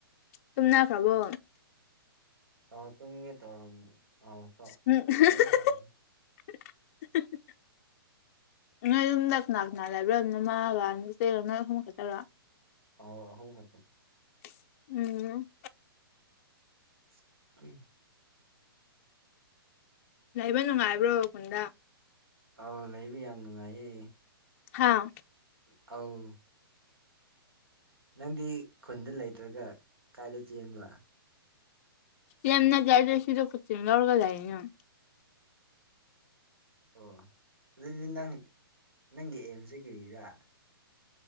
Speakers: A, on the left (about 35°); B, on the right (about 80°).
A: ꯇꯨꯝꯅꯈ꯭ꯔꯕꯣ
B: ꯑꯥꯎ ꯇꯨꯝꯒꯦ ꯇꯧꯔꯝ ꯑꯧ ꯇꯧ
A: ꯎꯝ <unintelligible>
B: ꯇꯨꯝꯅꯈ꯭ꯔꯦꯗ
A: ꯅꯣꯏ ꯌꯨꯝꯗ ꯀꯅꯥ ꯀꯅꯥ ꯂꯩꯕ꯭ꯔ ꯅꯃꯥꯒ ꯅꯆꯦꯒ ꯅꯣꯏ ꯑꯍꯨꯝ ꯈꯛꯇꯔꯣ
B: ꯑꯣ ꯑꯍꯨꯝ ꯈꯠꯇ
A: <inaudible> ꯎꯝ
B: <unintelligible>
A: ꯂꯩꯕ ꯅꯨꯡꯉꯥꯏꯕ꯭ꯔꯣ ꯈꯨꯟꯗ
B: ꯑꯥꯎ ꯂꯩꯕ ꯌꯥꯝ ꯅꯨꯡꯉꯥꯏꯌꯦ
A: ꯍꯥꯥ
B: ꯑꯧ ꯅꯪꯗꯤ ꯈꯨꯟꯗ ꯂꯩꯇ꯭ꯔꯒ ꯀꯥꯏꯗ ꯆꯦꯟꯕ
A: <unintelligible>
B: ꯑꯣ ꯑꯗꯨꯗꯤ ꯅꯪ ꯅꯪꯒꯤ ꯑꯦꯝꯁꯦ ꯀꯔꯤꯔꯥ